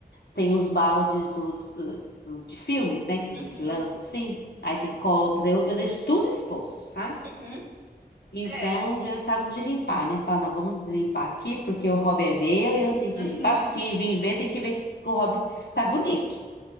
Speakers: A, on the left; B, on the right.
A: tenho os baldes do, do- do- de filmes, né? Que,
B: Uhum,
A: que lança assim. Aí tem copos, eu, eu deixo tudo exposto, sabe?
B: uhum.
A: Então
B: É.
A: já sabe de limpar, né? Fala, não, vamos limpar aqui porque o hobby é meu e eu tenho que
B: <laughs>
A: limpar, porque quem vir ver tem que ver que o hobby tá bonito.